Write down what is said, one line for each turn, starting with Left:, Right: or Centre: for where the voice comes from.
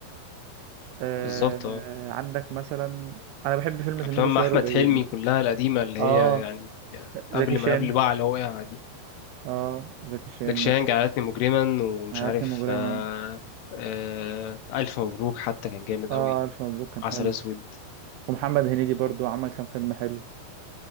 Right: آه
Left: بالظبط اه
Right: عندك مثلا انا بحب فيلم سمير
Left: افلام
Right: وشهير
Left: احمد
Right: وبهير
Left: حلمي
Right: مثلا.
Left: كلها القديمه اللي
Right: اه
Left: هي يعني
Right: زكي
Left: قبل
Right: شان
Left: ما قبل بقى اللي هو وقع دي
Right: اه زكي شان
Left: زكي شان
Right: مثلا
Left: جعلتني مجرما ومش
Right: عادتني
Left: عارف
Right: مجرما
Left: آه آه الف مبروك حتى كان جامد
Right: اه
Left: قوي
Right: الف مبروك كان
Left: عسل
Right: حلو
Left: اسود
Right: ومحمد هنيدي برضو عمل كام فيلم حلو